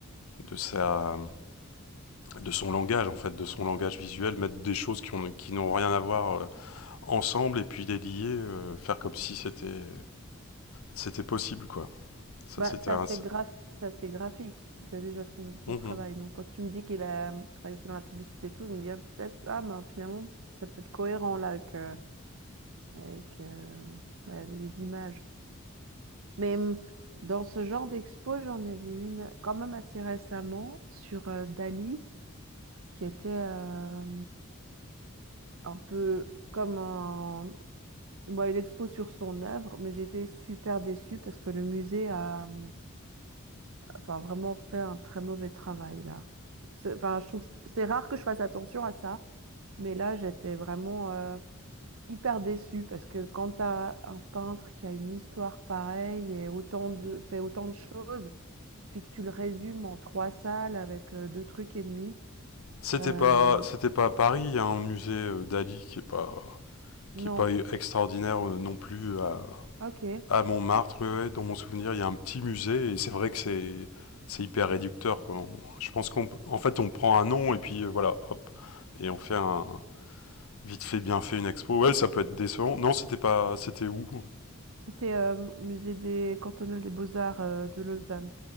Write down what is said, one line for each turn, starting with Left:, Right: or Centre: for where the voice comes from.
Left: de sa de son langage en fait, de son langage visuel, mettre des choses qui ont qui n'ont rien à voir euh, ensemble et puis les lier, euh, faire comme si c'était c'était possible quoi. Ça
Right: Bah,
Left: c'était
Right: c'est
Left: un-
Right: assez
Left: c'est-
Right: graph... c'est assez graphique euh, déjà son, son
Left: Mhm.
Right: travail. Donc quand tu me dis qu'il a travaillé aussi dans la publicité et tout, je me dis ah, peut-être, ah ben finalement, c'est peut-être cohérent là avec, euh, avec euh, bah, les images. Mais hum, dans ce genre d'expo, j'en ai vu une quand même assez récemment sur euh, Dali, qui était euh, un peu comme un... bon, une expo sur son œuvre, mais j'étais super déçue parce que le musée a hum, enfin, vraiment fait un très mauvais travail là. C'est- Enfin, je trouve que c'est rare que je fasse attention à ça, mais là, j'étais vraiment euh, hyper déçue parce que quand tu as un peintre qui a une histoire pareille et autant de, fait autant de choses, puis que tu le résumes en trois salles avec euh, deux trucs et demi,
Left: c'était
Right: euh,
Left: pas c'était pas à Paris, il y a un musée euh, d'Ali qui est pas
Right: non,
Left: qui est pas extraordinaire euh, non plus à,
Right: ok.
Left: À Montmartre, ouais, ouais, dans mon souvenir, il y a un petit musée et c'est vrai que c'est c'est hyper réducteur quoi. On- je pense qu'on en fait on prend un nom et puis euh, voilà, hop et on fait un vite fait bien fait une expo. Ouais, ça peut être décevant. Non, c'était pas c'était où
Right: C'était euh, musée des cantonal des beaux-arts euh, de Lausanne.